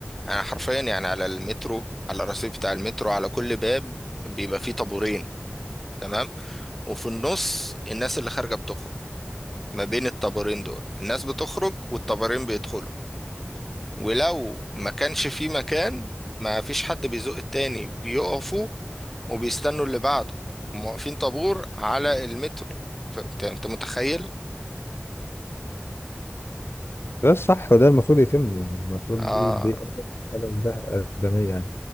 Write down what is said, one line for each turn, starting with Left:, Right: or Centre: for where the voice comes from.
Centre: انا حرفيا يعني على المترو على الرصيف بتاع المترو على كل باب بيبقى فيه طابورين تمام وفي النص الناس اللي خارجة بتخرج ما بين الطابورين دول الناس بتخرج والطابورين بيدخلوا ولو ما كانش في مكان ما فيش حد بيزق التاني بيقفوا وبيستنوا اللي بعده هم واقفين طابور على المترو فانت انت انت متخيل
Left: ده الصح وده المفروض يتم يعني المفروض
Centre: آه
Left: دي دي أدب أدب ده ادميه يعني